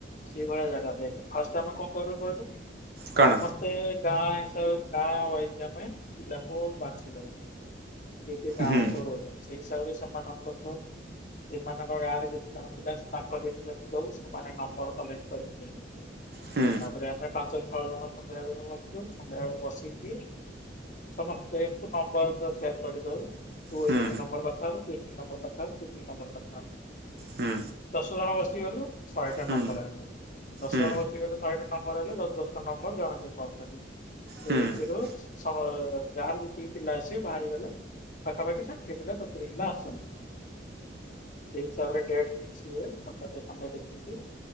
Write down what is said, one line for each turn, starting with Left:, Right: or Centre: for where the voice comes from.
Left: ସେଇ ଭଳିଆ ଜାଗା ଦେଖ୍। ଫାଷ୍ଟ ଆମେ କଣ କରିବୁ କହିଲୁ
Right: କଣ?
Left: ସମସ୍ତେ ଗାଁ ହିସାବରେ ଗାଁ ୱାଇଜ୍ ଆମେ ପିଲାଙ୍କୁ ବାଛି ଦବୁ। କିଏ କିଏ ଗାଁରେ
Right: ହୁଁ
Left: ସବୁ ରହୁଛନ୍ତି। ସେଇ ହିସାବରେ ସେମାନଙ୍କଠୁ ସେମାନଙ୍କ ଗାଁରେ ଯେତେ ଜଣ ପିଲା ତାଙ୍କ ଡିଟେଲେସ୍ ନଉ, ସେମାନେ ନମ୍ବର କଲେକ୍ଟ କରିିକି। <unintelligible>
Right: ହୁଁ
Left: ତାପରେ ଆମେ ପାଞ୍ଚ ଛଅ ଜଣ ସନ୍ଧ୍ୟା ବେଳେ ବସୁ, ସନ୍ଧ୍ୟା ବେଳେ ବସିକି ସମସ୍ତେ ଙ୍କୁ ନମ୍ବର ସେଣ୍ଡ କରିଦଉ। ତୁ
Right: ହୁଁ
Left: ଏତିିକି ନମ୍ବର କଥା ହବୁ। ତୁ ଏତିକି ନମ୍ବର କଥା ହବୁ। ତୁ ଏତିକି ନମ୍ବର କଥା ହବୁ।
Right: ହୁଁ
Left: ଦଶ ଜଣ ବସିଗଲୁ ଶହେଟା
Right: ହୁଁ ହୁଁ
Left: ନମ୍ବର ଆ ଦଶ
Right: ହୁଁ
Left: ଜଣ ବସିଗଲେ ଶହେଟା ନମ୍ବର ହେଲେ ଦଶ ଦଶ ଟା ନମ୍ବର ଜଣକେ କଲ୍ କରିବୁ। ସେଇ
Right: ହୁଁ
Left: ଭିତରୁ ସ ଯାହାର ଯେତିକି ପିଲା ଆସିବେ ବାହାରିଗଲେ ପାଖାପାଖି ଷାଠିଏ ପିଲା ସତୁୁରୀ ପିଲା ଆସନ୍ତି। ସେଇ ହିସାବରେ ଡେଟ୍ ଫିକ୍ସ ହୁଏ। ସଟର୍ ଡେ, ସଣ୍ଡେ ଦେଖିକି।